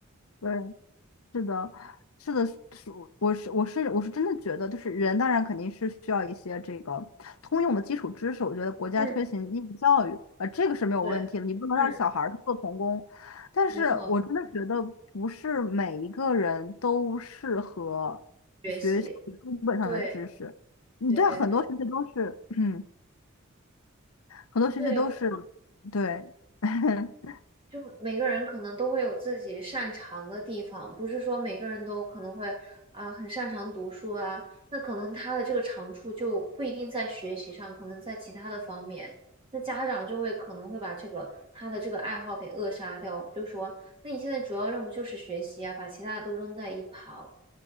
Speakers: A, on the left; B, on the right.
A: 对，是的，是的，是我是我是我是真的觉得，就是人当然肯定是需要一些这个通用的基础知识。我觉得国家推行义务教育，
B: 嗯
A: 呃，这个是没有问题的，
B: 对，
A: 你不能让小孩儿去做童工。
B: 嗯，
A: 但是我真的觉得不是每一个人都适合学习书本上的知识。
B: 没错，学习，对，
A: 你对啊很多学习都是，
B: 对对对
A: <clears throat> 嗯，很多学习都是，
B: 对，
A: 对，<laughs>
B: 就每个人可能都会有自己擅长的地方，不是说每个人都可能会啊、很擅长读书啊，那可能他的这个长处就不一定在学习上，可能在其他的方面，那家长就会可能会把这个他的这个爱好给扼杀掉，就说那你现在主要任务就是学习啊，把其他的都扔在一旁，